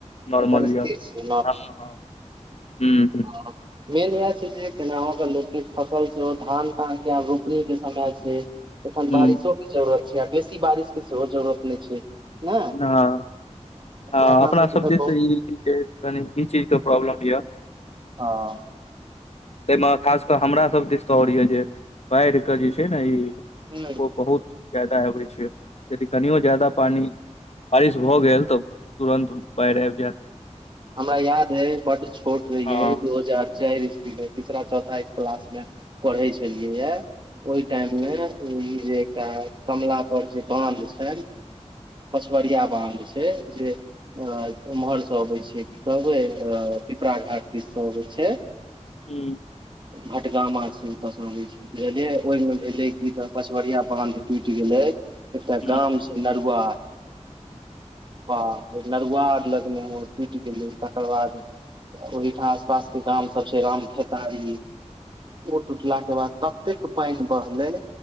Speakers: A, on the left; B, on the right.
A: नॉर्मल
B: एखन स्थिर
A: यऽ
B: छै
A: हँ हँ ह्म ह्म
B: ह मेन वेह छै जे केनाहो कऽ लोक के फसल छै ओ धान तान के आ रोपनी के समय छै। एखन
A: हूँ
B: बारिशो के जरूरत छै आ बेसी बारिश के सेहो जरूरत नहि छै। ने
A: हँ हँ
B: लेकिन
A: आऽ अपना
B: सबके
A: सब
B: तऽ
A: जे सँ
B: बहुत
A: ई कनि ई चीजके प्रॉब्लम यऽ
B: हँ।
A: ताहि मऽ खास कऽ हमरा सब दिश त आओर यए जे बाढ़िके जे छै ने ई।
B: ह
A: बहुत ज्यादा आबै छै यदि कनियो ज्यादा पानि बारिश भऽ गेल तऽ तुरन्त बाढ़ि आबि जायत।
B: हमरा याद है बड्ड छोट रही
A: हँ
B: है दू हजार चारि इसबी मे तीसरा चौथा क्लास मे पढ़ै छलियैया। ओहि टाइम मे ई जे एकटा कमला पर जे बानध छेन। पछवरिया बान्ध छै जे भऽ रल ओम्हरसँ अबै छै। कि कहबै अऽ पिपरा घाट दिश सँ अबई छै।
A: हू।
B: भटगामा सुनबत सँ लबै छै बुझलियै ओहिमे भेलै कि तऽ पचवरिया बानध टुटि गेलै एकटा
A: हूँ
B: गाम छै नरुआर। बाप रे नरुआर लगमे हमर टुटि गेलै तकर बाद ओहिठाम आसपास के गाम सब छै राम खेतारी ओ टूटलाक के बाद तब ततेक पानि बहलै